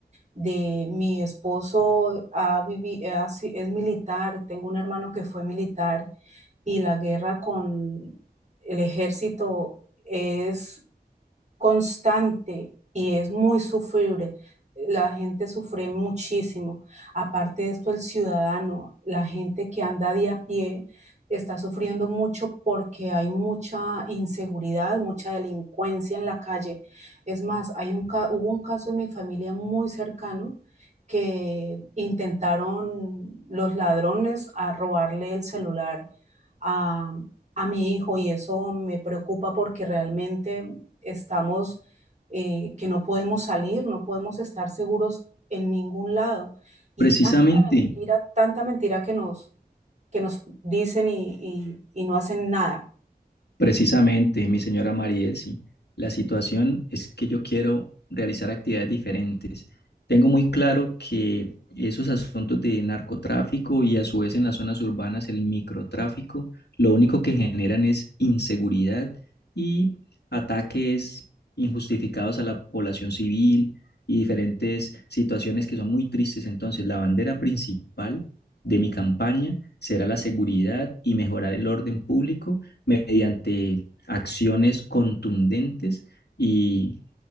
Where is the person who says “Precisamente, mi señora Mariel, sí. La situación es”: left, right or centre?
Left